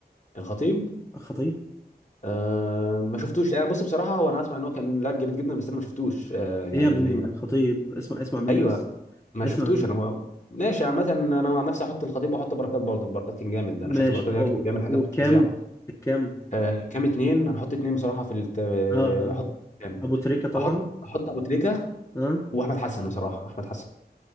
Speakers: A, on the left; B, on the left.
A: الخطيب
B: الخطيب
A: أه ما شفتوش أه بص بصراحه هو انا اسمع ان هو كان لاعب جامد جدا بس انا ما شفتوش أه يعني
B: ايه يا ابني
A: ما-
B: الخطيب اسمع اسمع مني
A: ايوه
B: بس
A: ما
B: اسمع
A: شفتوش
B: مني
A: انا ما... ماشي عامه انا عن نفسي احط الخطيب واحط بركات برضه بركات كان جامد
B: ماشي
A: انا شفت بركات
B: و-
A: كان بيعمل حاجات
B: وكام
A: فظيعه
B: الكام
A: أه كام اتنين انا احط اتنين بصراحه في الت...
B: اه اه
A: احط كام
B: ابو تريكة طبعا
A: احط احط ابو تريكه
B: اه
A: واحمد حسن بصراحه احمد حسن